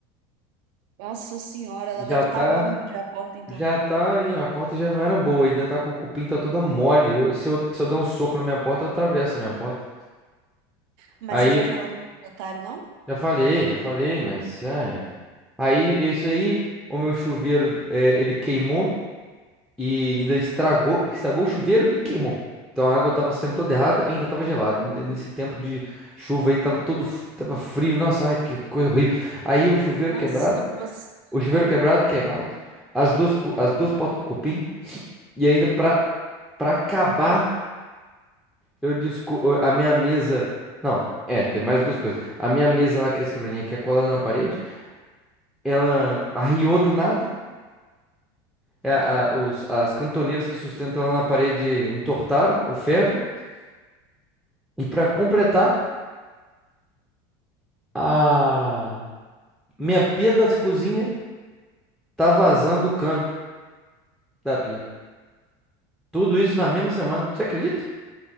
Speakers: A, on the right; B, in the centre.
A: Nossa senhora, ela
B: E Já
A: deve
B: tá.
A: estar tá bambi já a porta, então.
B: Já tá. hein, ó, A porta já não era boa, ainda tá com o cupim, tá toda mole. Eu- se eu, se eu der um soco na minha porta, eu atravesso a minha porta.
A: Mas
B: Aí,
A: você já falou com o proprietário, não?
B: já falei, já falei, mas. É. Aí, é isso aí, o meu chuveiro, é, ele queimou. e ainda estragou, estragou o chuveiro e queimou. Então a água estava sendo toda errada, e ainda estava gelada. Ainda nesse tempo de chuva aí estava todo f- tava frio. Nossa, ai que coisa horrível. Aí o chuveiro
A: Nossa,
B: quebrado,
A: você.
B: o chuveiro
A: Ah.
B: quebrado, queimado, as duas pu- as duas potes com cupim e ainda pra para acabar, eu desco a minha mesa, não, é, tem mais duas coisas. A minha mesa lá que é a escrivaninha que é colada na parede, ela arriou do nada. É, a- os- as cantoneiras que sustentam ela na parede entortaram o ferro. E para completar, a minha pia da cozinha tá vazando o cano da pia. Tudo isso na mesma semana. Você acredita?